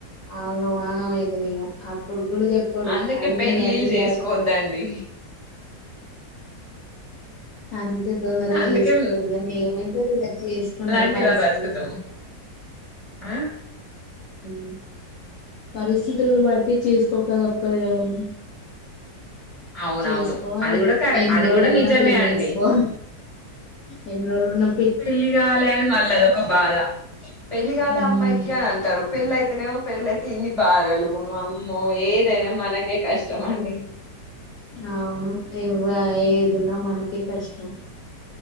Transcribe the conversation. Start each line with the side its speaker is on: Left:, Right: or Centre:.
Left: ఆగం ఆగం అయితది ఇంగ అప్పుడు ప్పుడు చెప్పడు
Right: అందుకే
Left: అడిగి
Right: పెళ్ళిళ్ళు
Left: అడిగి
Right: చేసుకోవద్దండి
Left: యష్టాకొస్తది అందుకే తొందర
Right: అందుకే
Left: చెస్తకోద్గాని ఏమైతది చేసుకుంటాం
Right: నాలాంటి
Left: పరిశ్రి
Right: వారు బతుకుతాం ఆ
Left: మ్ పరిస్థితులను బట్టి చేసుకోకదప్పదు కదం
Right: అవునవును
Left: చేసుకోవాలిగా
Right: అది కూడా కరె
Left: ఎన్ని
Right: అది
Left: రోజులున్నా
Right: కూడా నిజమే
Left: పెళ్లి
Right: అండి
Left: జేసుకోవాలి ఎన్రొళున్నా
Right: పెళ్లి కాలే అని మళ్ళ అదొక బాధ పెళ్లి కాలే
Left: హ్మ్
Right: అమ్మాయికి అని అంటారు పెళ్ళయితేనేమో పెళ్ళయితే ఇన్ని బాధలు అమ్మో ఏదైనా మనకే కష్ ష్ట మండి
Left: అవును ఎవ్వ ఏ ఏదున్నా మనకే కష్టం